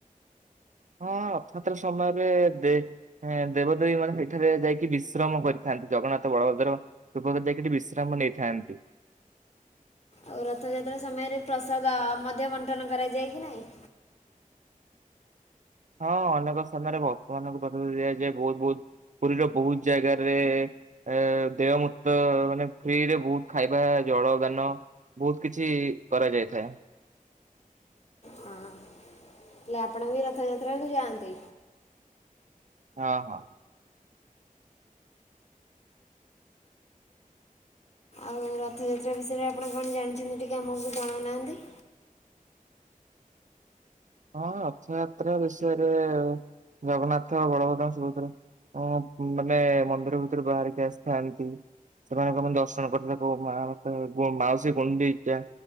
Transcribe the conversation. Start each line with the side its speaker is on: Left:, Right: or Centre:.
Right: ହଁ ରଥଯାତ୍ରା ସମୟରେ ଦେ ଏଁ ଦେବଦେବୀ ମାନେ ସେଠାରେ ଯାଇକି ବିଶ୍ରମ କରିଥାନ୍ତି। ଜଗନ୍ନାଥ ବଳଭଦ୍ର ସୁଭଦ୍ରା ଯାଇକି ସେଠି ବିଶ୍ରାମ ନେଇଥାନ୍ତି।
Left: ଆଉ ରଥଯାତ୍ରା ସମୟରେ ପ୍ରସାଦ ମଧ୍ୟ ବଣ୍ଟନ କରାଯାଏ କି ନାହିଁ?
Right: ହଁ ଅନେକ ସ୍ଥାନରେ ଭକ୍ତମାନଙ୍କ ପାଖକୁ ଦିଆଯାଏ ବହୁତ ବହୁତ ପୁରୀ ର ବହୁତ ଜାଗାରେ ଏ ଦେୟ ମୁକ୍ତ ମାନେ ଫ୍ରିରେ ବହୁତ ଖାଇବା ଜଳ ଗାନ ବହୁତ କିଛି କରାଯାଇଥାଏ।
Left: ହଁ। ହେଲେ ଆପଣ ବି ରଥଯାତ୍ରାକୁୁ ଯାଆନ୍ତି?
Right: ହଁ -ହଁ।
Left: ଆଉ ରଥଯାତ୍ରା ବିଷୟରେ ଆପଣ କଣ ଜାଣିଚନ୍ତି ଟିକେ ଆମକୁ ଜଣଉନାହାନ୍ତି?
Right: ହଁ ରଥଯାତ୍ରା ବିଷୟରେ ଜଗନ୍ନାଥ, ବଳଭଦ୍ର, ସୁଭଦ୍ରା ଅଁ ମାନେ ମନ୍ଦିର ଭିତରୁ ବାହାରିକି ଆସିଥାନ୍ତି। ସେମାନଙ୍କ ଦର୍ଶନ କରି <unintelligible> ତା ମା ମତେ ମାଉସୀ ଗୁଣ୍ଡିଚା